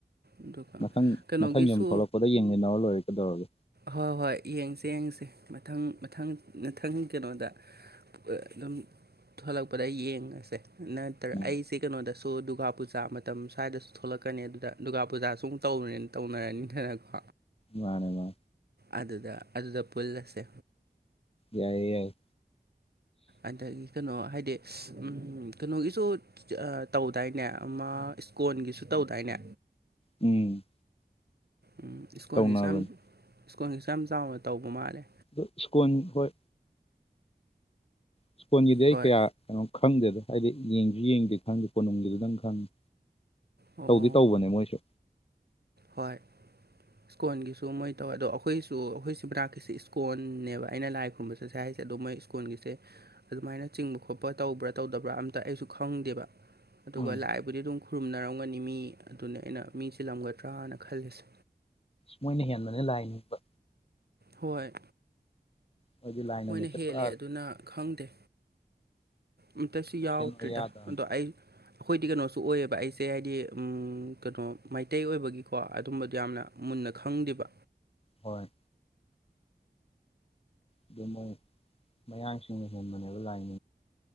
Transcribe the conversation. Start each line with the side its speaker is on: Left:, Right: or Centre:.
Right: ꯑꯗꯨꯒ
Left: ꯃꯊꯪ-
Right: ꯀꯩꯅꯣꯒꯤꯁꯨ
Left: ꯃꯊꯪ ꯌꯨꯝ ꯊꯣꯛꯂꯛꯄꯗ ꯌꯦꯡꯃꯤꯟꯅꯧꯔ ꯂꯣꯏꯔꯦ ꯀꯩꯗꯧꯔꯒꯦ
Right: ꯍꯣꯏ -ꯍꯣꯏ ꯌꯦꯡꯁꯦ- ꯌꯦꯡꯁꯦ ꯃꯊꯪ- ꯃꯊꯪ -ꯃꯊꯪ ꯀꯩꯅꯣꯗ ꯑꯗꯨꯝ ꯊꯣꯛꯂꯛꯄꯗ ꯌꯦꯡꯉꯁꯦ ꯅꯠꯇ꯭ꯔ
Left: ꯎꯝ
Right: ꯑꯩꯁꯦ ꯀꯩꯅꯣꯗꯁꯨ ꯗꯨꯔꯒꯥ ꯄꯨꯖꯥ ꯑꯃ ꯃꯇꯝ ꯁ꯭ꯋꯥꯏꯗꯁꯨ ꯊꯣꯛꯂꯛꯀꯅꯤ ꯑꯗꯨꯗ ꯗꯨꯔꯒꯥ ꯄꯨꯖꯥꯁꯨ ꯑꯃꯨꯛ ꯇꯧꯔꯨꯔꯅꯤꯅ ꯇꯧꯅꯔꯅꯤꯗꯅꯀꯣ
Left: ꯃꯥꯅꯦ ꯃꯥ
Right: ꯑꯗꯨꯗ -ꯑꯗꯨꯗ ꯄꯨꯜꯂꯁꯦ
Left: ꯌꯥꯏꯌꯦ ꯌꯥꯏ
Right: ꯑꯗꯒꯤ ꯀꯩꯅꯣ ꯍꯥꯏꯗꯤ ꯀꯩꯅꯣꯒꯤꯁꯨ ꯇꯧꯗꯥꯏꯅꯦ ꯑꯃ ꯏꯁꯀꯣꯟꯒꯤꯁꯨ ꯇꯧꯗꯥꯏꯅꯦ
Left: ꯎꯝ
Right: ꯎꯝ ꯏꯁ꯭ꯀꯣꯟꯜꯒꯤꯁꯨ
Left: ꯇꯧꯅꯕꯅꯦ
Right: ꯌꯥꯝ ꯏꯁꯀꯣꯟꯜꯒꯤꯁꯨ ꯌꯥꯝ ꯆꯥꯎꯅ ꯇꯧꯕ ꯃꯥꯜꯂꯦ
Left: ꯑꯗꯨ ꯏꯁ꯭ꯀꯣꯟ ꯍꯣꯏ ꯏꯁꯀꯣꯟꯒꯤꯗꯤ ꯑꯩ
Right: ꯍꯣꯏ
Left: ꯀꯌꯥ ꯀꯩꯅꯣ ꯈꯪꯗꯦꯗ ꯍꯥꯏꯗꯤ ꯌꯦꯡꯁꯨ ꯌꯦꯡꯗꯦ ꯈꯪꯗꯦ ꯀꯣꯅꯨꯡꯒꯤꯗꯨꯗꯪ ꯈꯪꯉꯦ
Right: ꯑꯣ
Left: ꯇꯧꯗꯤ ꯇꯧꯕꯅꯦ ꯃꯣꯏꯁꯨ
Right: ꯍꯣꯏ ꯏꯁꯀꯣꯟꯒꯤꯁꯨ ꯃꯣꯏ ꯇꯧꯋꯦ ꯑꯗꯣ ꯑꯩꯈꯣꯏꯁꯨ ꯑꯩꯈꯣꯏꯁꯤ ꯃꯅꯥꯛꯀꯤꯁꯤ ꯏꯁꯀꯣꯟꯅꯦꯕ ꯑꯩꯅ ꯂꯥꯏ ꯈꯨꯔꯨꯝꯕꯁꯨ ꯁꯥꯏ ꯍꯥꯏꯁꯦ ꯑꯗꯣ ꯃꯣꯏ ꯁ꯭ꯀꯨꯜꯒꯤꯁꯦ ꯑꯗꯨꯃꯥꯏꯅ ꯆꯤꯡꯕ ꯈꯣꯠꯄ ꯇꯧꯕ꯭ꯔ ꯇꯧꯗꯕ꯭ꯔ ꯑꯝꯇ ꯑꯩꯁꯨ ꯈꯪꯗꯦꯕ ꯑꯗꯨꯒ
Left: ꯎꯝ
Right: ꯂꯥꯏꯕꯨꯗꯤ ꯑꯗꯨꯝ ꯈꯨꯔꯨꯝꯅꯔꯝꯒꯅꯤ ꯃꯤ ꯑꯗꯨꯅꯤ ꯑꯩꯅ ꯃꯤ ꯆꯤꯜꯂꯝꯒꯗ꯭ꯔꯅ ꯈꯜꯂꯤꯁꯦ
Left: ꯃꯣꯏꯅ ꯍꯦꯟꯕꯅꯦ ꯂꯥꯏꯅꯤꯡꯕ
Right: ꯍꯣꯏ
Left: ꯃꯣꯏꯗꯤ ꯂꯥꯏ
Right: ꯃꯣꯏꯅ
Left: ꯅꯨꯃꯤꯠꯁꯦ
Right: ꯍꯦꯜꯂꯦ
Left: ꯄꯨꯔꯥ
Right: ꯑꯗꯨꯅ ꯈꯪꯗꯦ ꯑꯝꯇꯁꯨ
Left: ꯑꯦꯞꯁꯦꯟ
Right: ꯌꯥꯎꯗ꯭ꯔꯤꯗ
Left: ꯑꯣꯏ ꯌꯥꯗꯕꯅꯤ
Right: ꯑꯗꯣ ꯑꯩ ꯑꯩꯈꯣꯏꯗꯤ ꯀꯩꯅꯣꯁꯨ ꯑꯣꯏꯌꯦꯕ ꯑꯩꯁꯦ ꯍꯥꯏꯗꯤ ꯀꯩꯅꯣ ꯃꯩꯇꯩ ꯑꯣꯏꯕꯒꯤꯀꯣ ꯑꯗꯨꯝꯕꯗꯣ ꯌꯥꯝꯅ ꯃꯨꯟꯅ ꯈꯪꯗꯦꯕ
Left: ꯍꯣꯏ ꯑꯗꯨ ꯃꯣꯏ ꯃꯌꯥꯡꯁꯤꯡꯅ ꯍꯦꯟꯕꯅꯦꯕ ꯂꯥꯏ